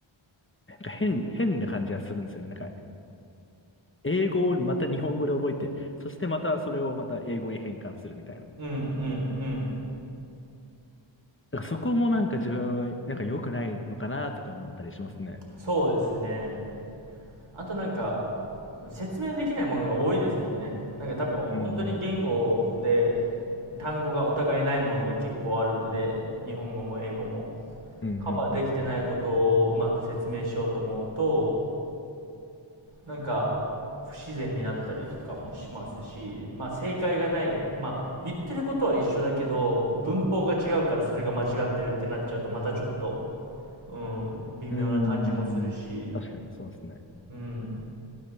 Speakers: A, on the left; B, on the right.
A: なんか変に、変な感じがするんですよね。なんか、英語をまた日本語で覚えて、そしてまたそれをまた英語に変換するみたいな。
B: うん、うん、うん。
A: だからそこもなんか自分、なんか良くないのかなとか思ったりしますね。
B: そうですね。あとなんか、説明できないものが多いですもんね。なんか多分、
A: うん、
B: 本当に言語で
A: うん、
B: 単語がお互いないものが結構あるんで、日本語も英語も。
A: うん、
B: カバーできてないことをうまく説明しようと思うと、
A: うん、
B: なんか、不自然になったりとかもしますし、まあ正解がない、まあ言ってることは一緒だけど、文法が違うからそれが間違ってるってなっちゃうとまたちょっと、うん、微妙な感じもするし、
A: うん。うん、確かにそうですね。
B: うん。